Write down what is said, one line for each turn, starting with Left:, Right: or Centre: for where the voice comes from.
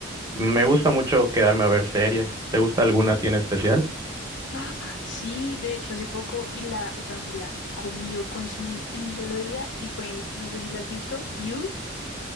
Right: Me gusta mucho quedarme a ver series. ¿Te gusta alguna tiene especial?
Left: ¡Ah! Sí, de hecho hace poco y la, o sea, me la comí o consumí en un solo día y fue, no sé si la has visto, You,